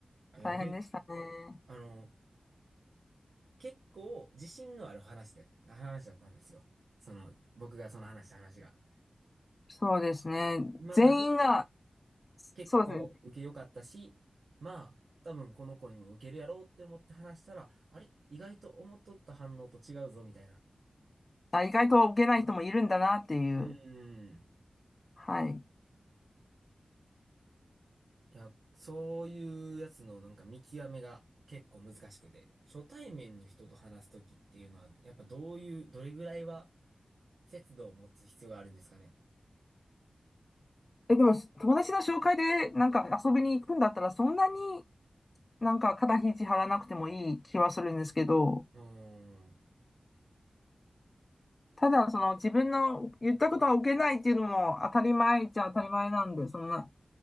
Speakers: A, on the right; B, on the left.
A: あやべえ、
B: 大変でしたね。
A: あのー結構自信のある話で、話だったんですよ。その、僕がその話した話が。
B: そうですね。
A: 今まで
B: 全員が、
A: 結構受け良かったし、
B: そうですね。
A: まあ、多分この子にも受けるやろうって思って話したら、あれ意外と思っとった反応と違うぞ、みたいな。
B: あ、意外と受けない人もいるんだなっていう。
A: うん。
B: はい。
A: いや、そういうやつのなんか見極めが結構難しくて、初対面の人と話すときっていうのは、やっぱどういう、どれぐらいは節度を持つ必要があるんですかね。
B: え、でも、友達の紹介でなんか遊びに行くんだったら、そんなになんか肩肘張らなくてもいい気はするんですけど、
A: うーん。
B: ただ、その自分の言ったことは受けないっていうのも当たり前っちゃ当たり前なんで、そんな、